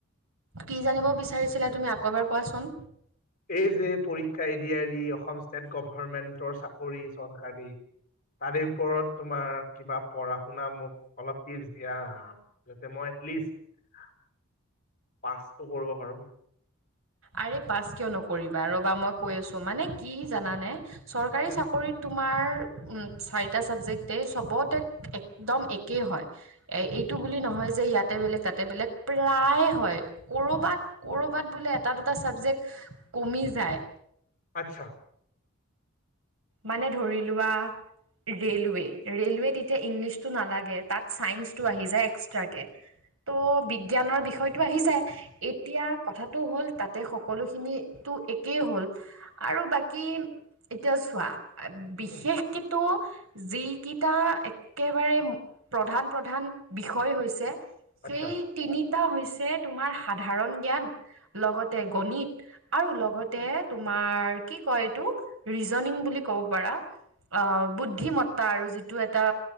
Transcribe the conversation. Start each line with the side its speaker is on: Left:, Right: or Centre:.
Right: কি জানিব বিচাৰিছিলা তুমি আকৌ এবাৰ কোৱাচোন
Left: এই যে পৰীক্ষা A D R E Assam state গভমেন্টৰ চাকৰি চৰকাৰী। তাৰে ওপৰত তোমাৰ কিবা পঢ়া শুনা‌ মোক অলপ টিপছ দিয়া? যতে মই এটলিষ্ট পাচটো কৰিব পাৰো।
Right: আৰে পাছ কিয় নকৰিবা ৰ'বা মই কৈ আছো মানে কি জানানে চৰকাৰী
Left: উম
Right: চক কৰি তোমাৰ চাৰিটা চাবজেক্টেই চবতে একদম একেই হয়। এ এইটো বুলি নহয় যে ইয়াতে বেলেগ তাতে বেলেগ প্ৰায়ে হয়। কৰবাত কৰবাত বোলে এটা দুটা চাবজেক্ট কমি যায়।
Left: আচ্ছা
Right: মানে ধৰি লোৱা ৰেলৱে ৰেলৱে এতিয়া ইংলিছটো নালাগে তাত চাইন্সটো আহি যায়। এক্সট্ৰাকে ত' বিজ্ঞানৰ বিষয়টো আহি যায়। এতিয়া কথাটো হ'ল তাতে সকলোখিনিটো একেই হ'ল আৰু বাক কি এতিয়া চোৱা বিশেষ
Left: উম
Right: কেতো যিকিটা এক্কেবাৰে প্ৰধান -প্ৰধান বিষয় হৈছে সেই
Left: আচ্ছা
Right: তিনিটা হৈছে। তোমাৰ সাধাৰণ জ্ঞান লগতে গণিত, আৰু লগতে তোমাৰ কি কয় এইটো ৰিজনিং বুলি ক'ব পাৰা। অ বুদ্ধিমত্তা আৰু যিটো এটা